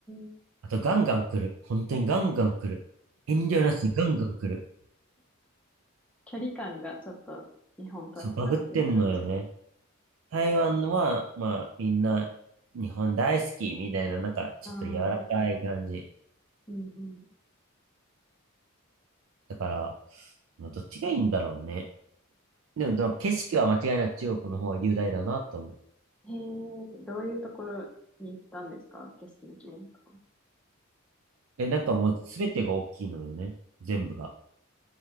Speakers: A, in the centre; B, on the right (about 70°).
A: ん
B: あとガンガン来る。本当にガンガン来る。遠慮なし、ガンガン来る。
A: 距離感がちょっと日本とは違うんですかね。
B: そう、バグってんのよね。台湾は、まあ、みんな、日本大好きみたいな、なんか、ちょっと柔らかい感じ。
A: ああ、うんうん。
B: だから、まあどっちがいいんだろうね。でも、でも景色は間違いなく中国の方が雄大だなと思う。
A: へえ、どういうところに行ったんですか景色の綺麗なところ。
B: え、なんかもう全てが大きいのよね。全部が。